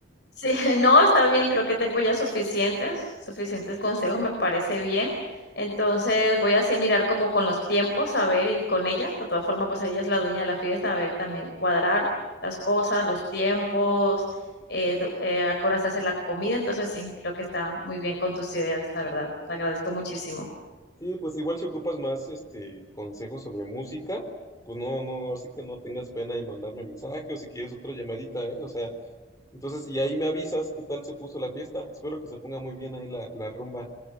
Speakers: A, on the left; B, on the left.
A: Sí, <laughs> no, está bien, creo que tengo ya suficientes, suficientes consejos, me parece bien. Entonces voy así a mirar como con los tiempos, a ver, y con ella, de todas formas, pues ella es la dueña de la fiesta, a ver también cuadrar las cosas, los tiempos, eh, do- eh, a qué hora se hace la comida, entonces sí, creo que está muy bien con tus ideas, la verdad, te agradezco muchísimo.
B: Sí, pues igual si ocupas más este consejos sobre música, pues no, no, así que no tengas pena en mandarme mensaje o si quieres otra llamadita, ¿eh? O sea, entonces, y ahí me avisas qué tal se puso la fiesta. Espero que se ponga muy bien ahí la, la rumba.